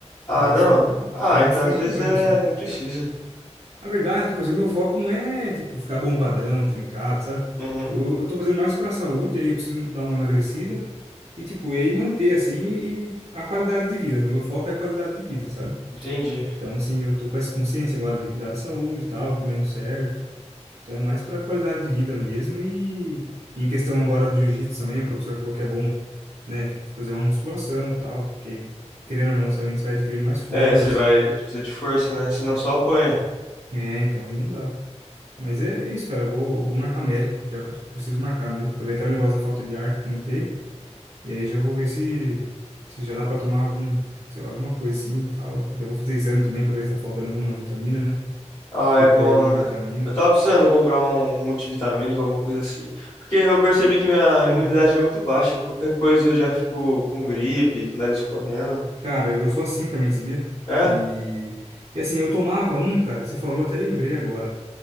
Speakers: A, on the left; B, on the right.
A: Ah,
B: Eu
A: não?
B: sou,
A: Ah,
B: sou mais
A: então
B: tranquilão
A: às vezes é,
B: assim.
A: nem precisa.
B: Na verdade, tipo assim, o meu foco não é, tipo, ficar bombadão, trincado, sabe?
A: Uhum,
B: Eu, eu tô fazendo mais pra saúde, aí eu preciso dar uma emagrecida e, tipo, e aí manter, assim, e, e a qualidade de vida. O meu foco é a qualidade de vida, sabe?
A: entendi.
B: Então, assim, eu tô com essa consciência agora de cuidar da saúde e tal, comendo certo. Então, é mais pra qualidade de vida mesmo e em questão agora do jiu-jitsu também, o professor falou que é bom, né, tipo, fazer uma musculação e tal, que querendo ou não, também você vai adquirindo mais força.
A: É, você vai, precisa de força, né? Senão só apanha.
B: É, então, aí não dá. Mas é, é isso, cara. Eu vou, vou marcar médico Já pre- preciso marcar mesmo. Aproveitar o negócio da falta de ar que eu comentei. E aí já vou ver se, se já dá pra tomar algum, sei lá, alguma coisa assim e tal. Já vou fazer exame também pra ver se tá faltando alguma vitamina, né?
A: Ah,
B: Repor
A: é bom,
B: alguma
A: né?
B: vitamina.
A: Eu tava precisando comprar um multivitamínico, alguma coisa assim. Porque eu percebi
B: Te-
A: que minha imunidade
B: Uhum.
A: é muito baixa. Qualquer coisa eu já fico com gripe, com o nariz correndo.
B: Cara, eu sou assim também, sabia?
A: É?
B: E, e assim, eu tomava um, cara, que você falou, até lembrei agora.